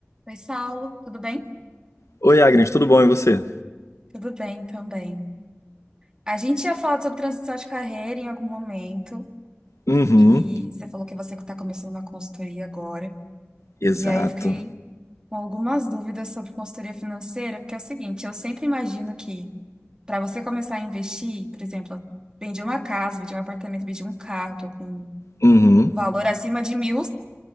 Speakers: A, on the right; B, on the left.
A: Oi, Saulo, tudo bem?
B: Oi, Agnes, tudo bom e você?
A: Tudo bem também. A gente tinha falado sobre transição de carreira em algum momento,
B: Uhum.
A: e você falou que você está começando uma consultoria agora.
B: Exato.
A: E aí eu fiquei com algumas dúvidas sobre consultoria financeira, porque é o seguinte, eu sempre imagino que para você começar a investir, por exemplo, eu vendi uma casa, vendi um apartamento, vendi um carro, estou com um
B: Uhum.
A: valor acima de mil,